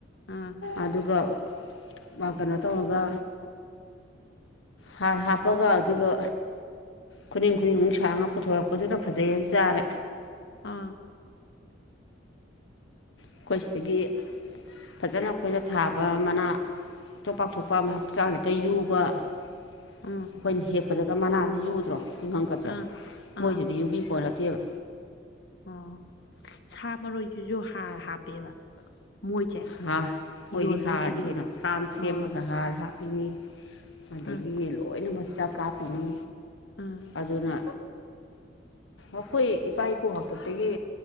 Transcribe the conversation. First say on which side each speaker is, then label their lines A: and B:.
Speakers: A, on the left; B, on the left.
A: ꯑꯥ
B: ꯑꯗꯨꯒ ꯃꯥ ꯀꯩꯅꯣ ꯇꯧꯔꯒ ꯍꯥꯔ ꯍꯥꯞꯄꯒ ꯑꯗꯨꯒ ꯈꯨꯅꯤꯡ- ꯈꯨꯅꯤꯡꯃꯨꯛ ꯁꯥꯡ ꯉ ꯄꯨꯊꯣꯔꯛꯄꯗꯨꯅ ꯐꯖꯩꯅ ꯆꯥꯔꯦ꯫
A: ꯑꯥ
B: ꯑꯩꯈꯣꯏ ꯁꯤꯗꯒꯤ ꯐꯖꯅ ꯑꯩꯈꯣꯏꯅ ꯊꯥꯕ ꯃꯅꯥ ꯄꯤꯊꯣꯛ ꯄꯥꯛꯊꯣꯛꯄ ꯍꯛꯆꯥꯡꯗ ꯒ ꯌꯨꯕ ꯑꯩꯈꯣꯏꯅ
A: ꯎꯝ
B: ꯍꯦꯛꯄꯗꯒ ꯃꯅꯥꯖꯤ ꯌꯨꯗ꯭ꯔꯣ ꯇꯤꯡꯈꯪꯗꯖꯤ
A: ꯑꯥ
B: ꯃꯣꯏꯗꯨꯗꯤ
A: ꯑꯥ
B: ꯌꯨꯕꯤ ꯄꯣꯠ ꯅꯠꯇꯦꯕ꯫
A: ꯑꯣ ꯁꯥ ꯃꯔꯣꯏꯁꯤꯁꯨ ꯍꯥꯔ ꯍꯥꯞꯄꯦꯕ꯫ ꯃꯣꯏꯁꯦ
B: ꯍꯥ ꯃꯣꯏꯗꯤ
A: ꯌꯣꯟꯕꯩꯁꯤꯗꯤ
B: ꯍꯥꯔꯅꯤ ꯀꯩꯅꯣ ꯐꯥꯔꯝ ꯁꯦꯝꯃꯒ
A: ꯑꯣ
B: ꯍꯥꯔ ꯍꯥꯞꯄꯤꯅꯤ꯫ ꯑꯗꯒꯤ
A: ꯑꯥ
B: ꯂꯣꯏꯅꯃꯛ ꯍꯤꯗꯥꯛ ꯀꯥꯞꯄꯤꯅꯤ꯫
A: ꯑ
B: ꯑꯗꯨꯅ ꯑꯈꯣꯏ ꯏꯄꯥ - ꯏꯄꯨ ꯍꯥꯛꯇꯛꯇꯒꯤ